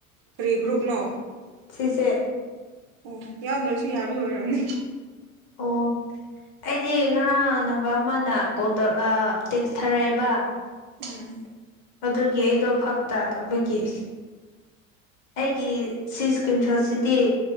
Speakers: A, on the right; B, on the left.
A: ꯀꯔꯤ ꯒ꯭ꯔꯨꯞ ꯅꯣ
B: ꯁꯤꯁꯦ
A: ꯑꯣ ꯌꯥꯎꯗ꯭ꯔꯁꯨ ꯌꯥꯕꯤ ꯑꯣꯏꯔꯝꯅꯤ
B: ꯑꯣ ꯑꯩꯗꯤ ꯉꯔꯥꯡ ꯅꯝꯕꯔ ꯑꯃꯅ ꯀꯣꯜ ꯇꯧꯔ ꯑꯥ ꯇꯦꯛꯁ ꯊꯥꯔꯛꯑꯦꯕ
A: ꯎꯝ
B: ꯑꯗꯨꯒꯤ ꯑꯩꯗꯣ ꯕꯥꯞ ꯇꯥꯗꯕꯒꯤ ꯑꯩꯒꯤ ꯁꯤ ꯏꯁꯀ꯭ꯔꯤꯟ ꯁꯣꯠꯁꯤꯗꯤ